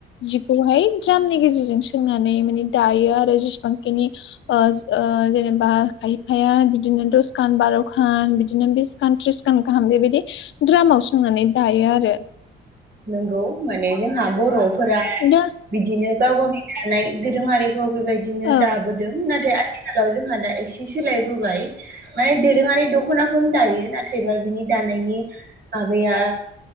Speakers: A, on the left; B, on the right.
A: जिखौहाय द्रामनि गेजेरजों सोंनानै माने दायो आरो जेसेबां बिनि ओ ओ जेनेबा खायफाया बिदिनो दसखान बार'खान बिदिनो बिस खान थ्रिसखान गाहाम बेबायदि द्रामाव सोंनानै दायो आरो।
B: नंगौ माने जोंहा बर'फोरा
A: दा
B: बिदिनो गाव गावनि दानाय दोरोङारि खौ बेबायदिनो
A: औ
B: दाबोदों नाथाय आथिखालाव जोंहा दा एसे सोलायबोबाय। माने दोरोङारि दख'नाखौनो दायो नाथायबा बिनि दानायनि माबाया